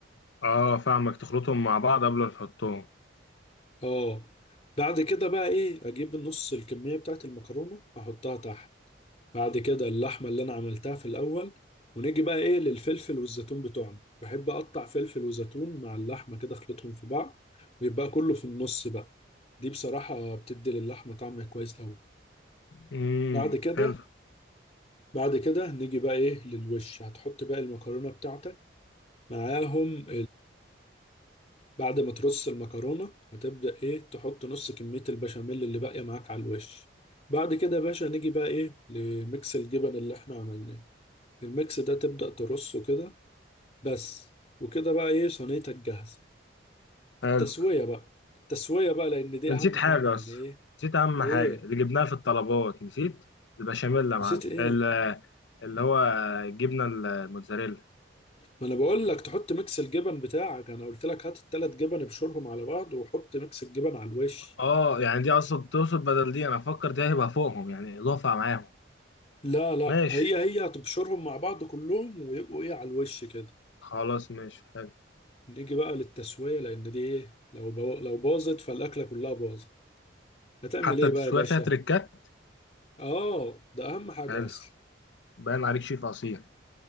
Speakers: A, on the left; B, on the left.
A: آه فاهمك تخلطهم مع بعض قبل ما تحطهم
B: اه بعد كده بقى ايه اجيب نص الكمية بتاعت المكرونة احطها تحت بعد كده اللحمة اللي انا عملتها في الاول ونيجي بقى ايه للفلفل والزيتون بتوعنا بحب اقطع فلفل وزيتون مع اللحمة كده اخلطهم في بعض ويبقى كله في النص بقى دي بصراحة بتدي للحمة طعم كويس قوي
A: مم.
B: بعد كده
A: حلو
B: بعد كده نيجي بقى ايه للوش هتحط بقى المكرونة بتاعتك معاهم بعد ما ترص المكرونة هتبدأ إيه تحط نص كمية البشاميل اللي باقية معاك على الوش بعد كده يا باشا نيجي بقى إيه لميكس الجبن اللي إحنا عملناه الميكس ده تبدأ ترصه كده بس وكده بقى إيه صينيتك جاهزة
A: حلو
B: التسوية بقى التسوية بقى لأن دي
A: نسيت
B: أهم
A: حاجة
B: حاجة يعني
A: أصلا
B: إيه
A: نسيت أهم
B: إيه
A: حاجة اللي جبناها في الطلبات نسيت البشاميل يا معلم
B: نسيت إيه
A: ال- اللي هو الجبنة الموتزاريلا
B: ما أنا بقول لك تحط ميكس الجبن بتاعك أنا قلت لك هات التلات جبن ابشرهم على بعض وحط ميكس الجبن على الوش
A: اه يعني دي اصلا تقصد بدل دي انا افكر دي هيبقى فوقهم يعني اضافه معاهم
B: لا لا
A: ماشي
B: هي هي هتبشرهم مع بعض كلهم ويبقوا إيه على الوش كده
A: خلاص ماشي حلو
B: نيجي بقى للتسوية لأن دي إيه لو بو... لو باظت فالأكلة كلها باظت هتعمل
A: حتى
B: إيه
A: التسويق
B: بقى يا باشا؟
A: فيها تريكات
B: آه ده أهم حاجة
A: حلو
B: أصلا
A: باين عليك شيف اصيل